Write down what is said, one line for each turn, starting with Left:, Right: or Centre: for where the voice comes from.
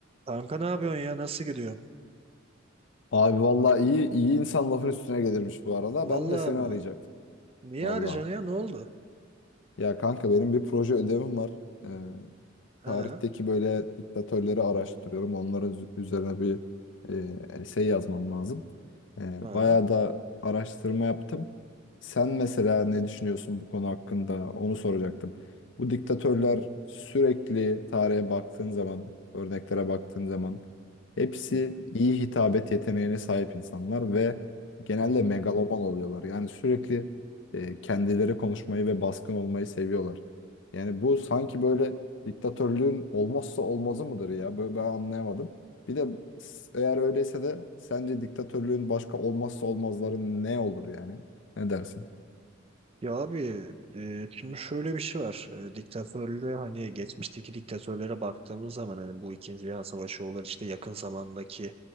Right: Kanka ne yapıyorsun ya? Nasıl gidiyor?
Left: Abi vallahi iyi iyi insan lafın üstüne gelirmiş bu arada.
Right: Vallahi
Left: Ben de seni
Right: mı?
Left: arayacaktım
Right: Niye
Left: vallahi.
Right: arayacaksın ya? Ne oldu?
Left: Ya kanka benim bir proje ödevim var. Ee,
Right: Ha?
Left: tarihteki böyle diktatörleri araştırıyorum. Onların üzü- üzerine bir e, essay yazmam lazım. Ee,
Right: Ha?
Left: bayağı da araştırma yaptım. Sen mesela ne düşünüyorsun bu konu hakkında? Onu soracaktım. Bu diktatörler sürekli tarihe baktığın zaman, örneklere baktığın zaman hepsi
Right: Hı hı.
Left: iyi hitabet yeteneğine sahip insanlar ve genelde
Right: hı.
Left: megaloman oluyorlar. Yani sürekli e, kendileri konuşmayı ve baskın olmayı seviyorlar. Yani bu sanki böyle diktatörlüğün olmazsa olmazı mıdır ya? Böyle ben anlayamadım. Bir de s- eğer öyleyse de sence diktatörlüğün başka olmazsa olmazları ne olur yani? Ne dersin?
Right: Ya abi e, şimdi şöyle bir şey var. E, diktatörlüğe hani geçmişteki diktatörlere baktığımız zaman hani bu İkinci Dünya Savaşı olur işte yakın zamandaki